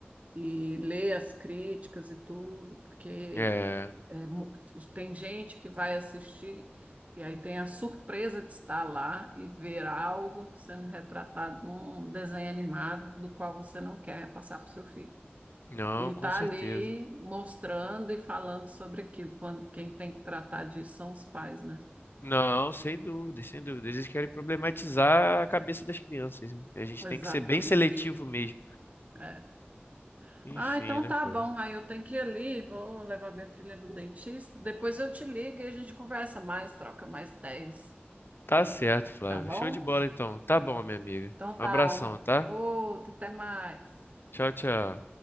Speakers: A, on the right; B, on the left.
A: e ler as críticas e tudo, porque
B: É,
A: é, mu- tem gente que vai assistir e aí tem a surpresa de estar lá e ver algo sendo retratado num desenho animado do qual você não quer passar para o seu filho.
B: não,
A: E
B: com
A: tá
B: certeza.
A: ali mostrando e falando sobre aquilo, quando quem tem que tratar disso são os pais, né?
B: Não, sem dúvidas, sem dúvidas. Eles querem problematizar a cabeça das crianças, né? A gente tem
A: Exatamente.
B: que ser bem seletivo mesmo.
A: É.
B: Enfim,
A: Ah, então
B: né,
A: tá
B: Flávio?
A: bom. Aí eu tenho que ir ali, vou levar minha filha no dentista. Depois eu te ligo e a gente conversa mais, troca mais ideias.
B: Tá certo, Flávio.
A: Tá bom?
B: Show de bola, então. Tá bom, minha amiga.
A: Então tá.
B: Um abração,
A: um-
B: tá?
A: Outro, até mais.
B: Tchau, tchau.